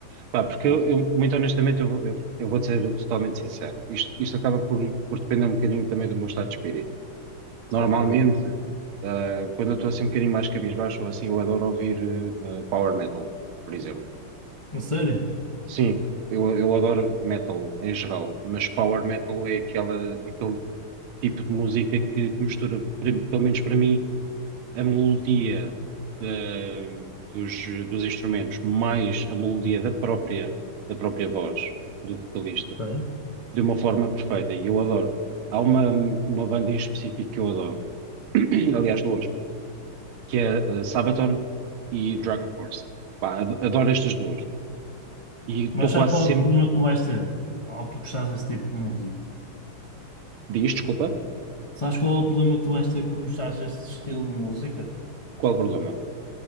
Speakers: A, on the right; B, on the left.
A: Pá, porque
B: Pá,
A: eu, eu, muito honestamente, eu, vou- eu, eu vou ser totalmente sincero. Isto, isto acaba por, por depender um bocadinho também do meu estado de espírito. Normalmente,
B: Ok,
A: ah, quando eu estou assim um bocadinho mais cabisbaixo ou assim, eu adoro ouvir ah, power metal, por exemplo.
B: a sério?
A: Sim, eu, eu adoro metal em geral, mas power metal é aquela, aquele tipo de música que mistura, pre- pelo menos para mim, a melodia da- dos, dos instrumentos mais a melodia da própria, da própria voz do vocalista
B: Ok.
A: de uma forma perfeita. E eu adoro. Há uma, uma banda em específico que eu adoro, <clears throat> aliás, duas, que é uh, Sabaton e Dragon Force. Pá, ad- adoro estas duas. E estou
B: Mas
A: quase
B: sabes qual
A: sempre.
B: é o problema que tu vais ter ao tu gostares desse tipo de música?
A: Diz, desculpa,
B: Sabes qual é o problema que tu vais ter por gostares desse estilo de música?
A: qual o problema?